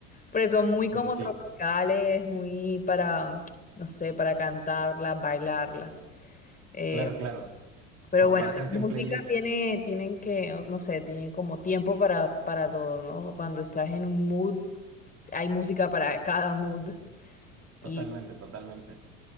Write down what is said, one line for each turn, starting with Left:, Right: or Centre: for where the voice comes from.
Left: Pero son muy como
Right: Sí, sí, sí.
Left: tropicales, muy para, no sé, para cantarlas, bailarlas. Eh,
Right: Claro, claro.
Left: pero
Right: Como
Left: bueno,
Right: para hacerte
Left: la
Right: un
Left: música
Right: playlist.
Left: tiene, tienen que, no sé, tiene como tiempo para, para todo, ¿no? Cuando estás en un mood hay música para cada mood.
Right: Totalmente,
Left: Y
Right: totalmente.